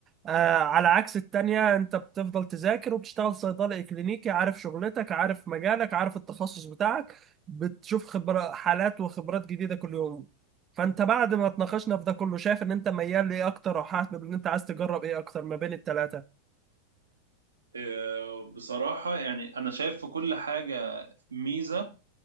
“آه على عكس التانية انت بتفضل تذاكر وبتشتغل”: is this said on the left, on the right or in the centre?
Right